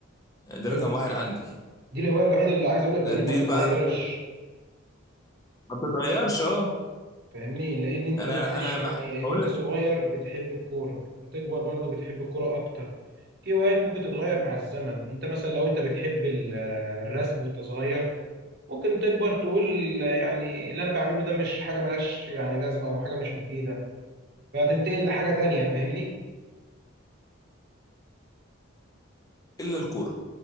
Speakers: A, on the left (about 15°); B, on the right (about 50°).
A: آه، ده
B: حلو
A: رقم واحد عندي.
B: دي الهوايه الوحيده اللي عايز اقول لك يا وليد ما
A: دي
B: بتتغيرش
A: بقى أنا شايف- ما بتتغيرش أه.
B: فاهمني لان انت
A: أنا
B: معلش
A: أنا
B: يعني
A: مع... هقول
B: وانت
A: لك
B: صغير بتحب الكوره هتكبر برضو بتحب الكوره اكتر في هوايات ممكن تتغير مع الزمن انت مثلا لو انت بتحب ال- الرسم وانت صغير ممكن تكبر تقول يعني اللي انا بعمله ده مش حاجه ملهاش يعني لازمه او حاجه مش مفيده فتنتقل لحاجه تانية فاهمني
A: إلا الكورة،